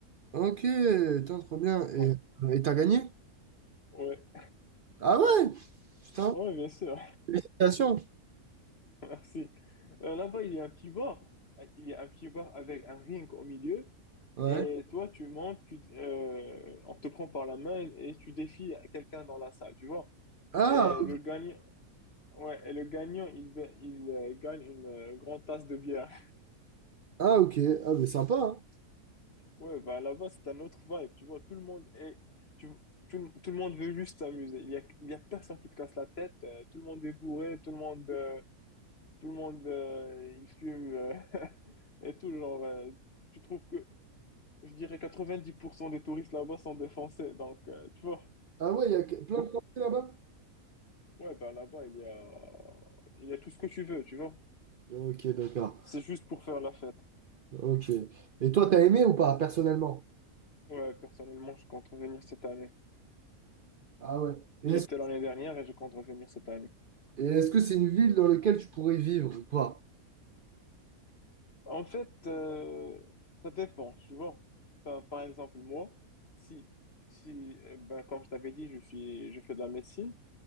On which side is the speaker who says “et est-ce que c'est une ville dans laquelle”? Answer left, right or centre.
Right